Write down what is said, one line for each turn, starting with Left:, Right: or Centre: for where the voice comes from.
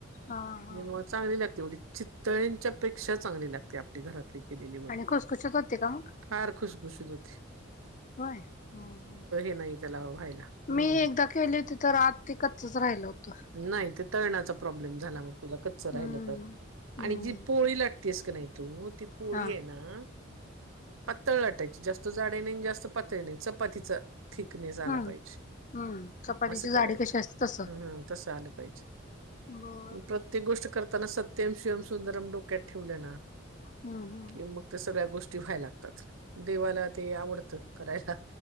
Left: हा हा
Right: तेव्हा चांगली लागते एवढी चितळ्यांच्या पेक्षा चांगली लागते आपली घरातली केलेली वडी
Left: आणि खुसखुशीत होते का मग
Right: फार खुशखुशीत होती.
Left: होय हा हा
Right: नाही त्याला व्हायला हम्म
Left: मी एकदा केली होती तर आत तिकचच रा राहिलं होत.
Right: नाही ते तळणाचा प्रॉब्लेम झाला मग तुझा कच्च राहिलं
Left: हम्म
Right: तर
Left: हम्म
Right: आणि जी पोळी लाटते का नाय तू ती पोळी
Left: हा
Right: आहे ना. पातळ लाटायची जास्त जाडे नाही जास्त पातळी नाही चपातीच थिकनेस आला
Left: हम्म
Right: पाहिजे
Left: हम्म चपातीची
Right: असं करायचला
Left: जाडी कशी असते तसं
Right: ह ह तसं आलं पाच
Left: बर
Right: प्रत्येक गोष्ट करताना सत्यम शिवम सुंदरम डोक्यात ठेवले ना.
Left: हम्म हम्म
Right: कि मग ते सगळ्या गोष्टी व्हाय लागतात देवाला ते आवडतं करायला.